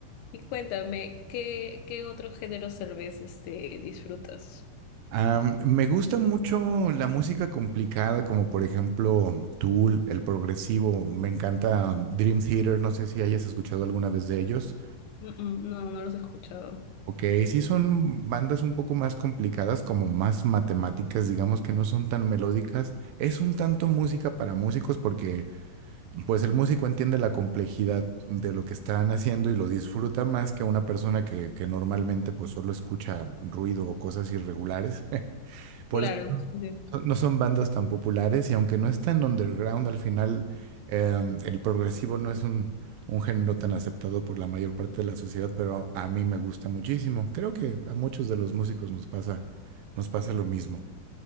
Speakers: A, on the left (about 85°); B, on the right (about 80°).
A: Y cuéntame, ¿qué, qué otros géneros tal vez este, disfrutas?
B: Am, me gusta mucho la música complicada, como por ejemplo Tool, el progresivo. Me encanta Dream Theater, no sé si hayas escuchado alguna vez de ellos.
A: Mm, mm, no, no los he escuchado.
B: Ok, sí son bandas un poco más complicadas, como más matemáticas, digamos que no son tan melódicas. Es un tanto música para músicos porque Pues el músico entiende la complejidad de lo que están haciendo y lo disfruta más que una persona que, que normalmente pues solo escucha ruido o cosas irregulares. <laughs> Por
A: Claro,
B: eso
A: sí. sí.
B: no son bandas tan populares y aunque no están underground, al final em, el progresivo no es un, un género tan aceptado por la mayor parte de la sociedad, pero a mí me gusta muchísimo. Creo que a muchos de los músicos nos pasa, nos pasa lo mismo.